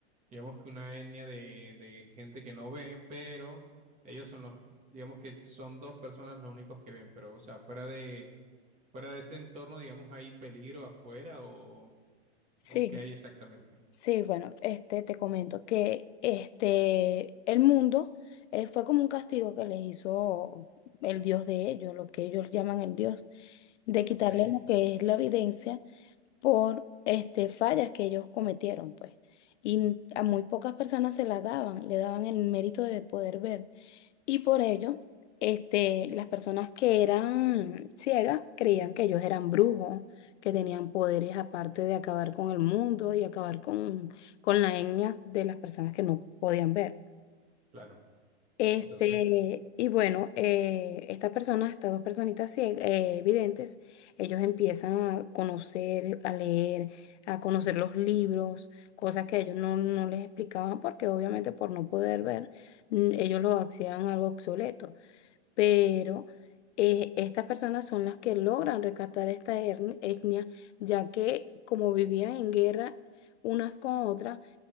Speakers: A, on the right; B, on the left.
A: digamos que una etnia de, de gente que no ve, pero ellos son los, digamos que son dos personas los únicos que ven, pero, o sea, fuera de, fuera de ese entorno, digamos, hay peligro afuera o,
B: Sí.
A: o qué hay exactamente.
B: Sí, bueno, este te comento que este el mundo eh, fue como un castigo que les hizo el Dios de ellos, lo que ellos llaman el Dios, de quitarle
A: Ok,
B: lo que es la evidencia por este fallas que ellos cometieron, pues. Y a muy pocas personas se las daban, le daban el mérito de poder ver. Y por ello, este, las personas que eran ciegas creían que ellos eran brujos, que tenían poderes aparte de acabar con el mundo y acabar con, con la etnia de las personas que no podían ver.
A: claro.
B: Este,
A: Entonces,
B: y bueno, eh, estas personas, estas dos personitas cie- eh, videntes, ellos empiezan a conocer, a leer, a conocer los libros, cosas que ellos no, no les explicaban porque obviamente por no poder ver, mm, ellos lo hacían algo obsoleto pero eh, estas personas son las que logran rescatar esta ern- etnia, ya que como vivían en guerra unas con otras,